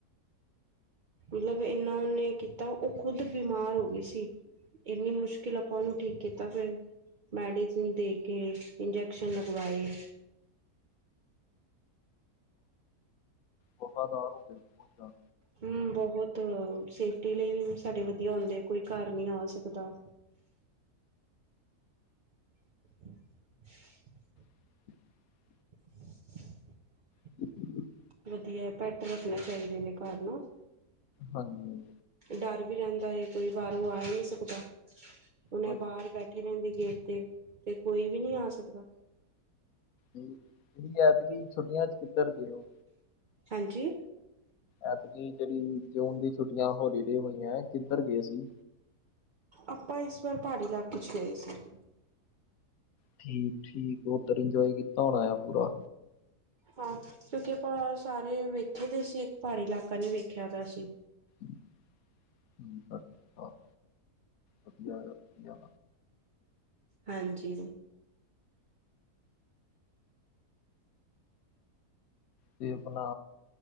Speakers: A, on the right; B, on the left.
A: ਮਤਲਬ ਇੰਨਾ ਉਹਨੇ ਕੀਤਾ ਉਹ ਖੁੱਦ ਬਿਮਾਰ ਹੋ ਗਏ ਸੀ। ਇੰਨੀ ਮੁਸ਼ਕਿਲ ਆਪਾਂ ਉਹਨੂੰ ਠੀਕ ਕੀਤਾ ਫੇਰ ਮੈਡੀਸਨ ਦੇ ਕੇ ਇੰਜੈਕਸ਼ਨ ਲਗਵਾਏ।
B: ਵਫ਼ਦਾਰ <unintelligible> ਵਧੀਆ
A: ਹਮ ਬਹੁਤ ਸੇਫਟੀ ਲਈ ਸਾਡੇ ਵਧੀਆ, ਹੁੰਦੇ ਕੋਈ ਘਰ ਨਹੀਂ ਆ ਸਕਦਾ। <unintelligible>
B: <unintelligible>
A: <unintelligible>
B: <unintelligible>
A: ਵਧੀਆ ਪੈਟ ਰੱਖਣੇ ਚਾਹੀਦੇ ਨੇ ਘਰ ਨੂੰ
B: ਹਾਂਜੀ ਹਾਂਜੀ,
A: ਡਰ ਵੀ ਰਹਿੰਦਾ ਹੈ ਕੋਈ ਬਾਹਰੋਂ ਆ ਹੀ ਨਹੀਂ ਸਕਦਾ। ਉਹਨੇ
B: ਹਾਂਜੀ
A: ਬਾਹਰ ਬੈਠੇ ਰਦੇ ਗੇਟ ਤੇ ਤੇ ਕੋਈ ਵੀ ਨਹੀਂ ਆ ਸਕਦਾ।
B: ਇਹੀ ਹੈ ਕਿ ਛੁੱਟੀਆਂ ਚ ਕਿੱਧਰ ਗਏ ਔ
A: ਹਾਂਜੀ,
B: ਐਤਕੀ ਜਿਹੜੀ ਜੂਨ ਦੀ ਛੁੱਟੀਆਂ ਹੋਲੀਡੇ ਹੋਈਆਂ ਕਿੱਧਰ ਗਏ ਸੀ।
A: ਆਪਾਂ ਇਸ ਵਾਰ ਪਹਾੜੀ ਇਲਾਕੇ ਚ ਗਏ ਸੀ।
B: ਠੀਕ, ਠੀਕ ਉਧਰ ਇੰਜੋਏ ਕੀਤਾ ਹੋਣ ਆਇਆ ਪੂਰਾ।
A: ਹਾਂ ਕਿਉਂਕਿ ਆਪਾ ਸਾਰੇ ਵੇਖੇ ਦੇ ਸੀ, ਇੱਕ ਪਹਾੜੀ ਇਲਾਕਾ ਨੀ ਵੇਖਿਆ ਤਾਂ ਅਸੀਂ
B: ਠੀਕ ਆ ਠੀਕ ਠਾਕ ਵਧੀਆ ਵਧੀਆ,
A: ਹਾਂਜੀ,
B: ਤੇ ਆਪਣਾ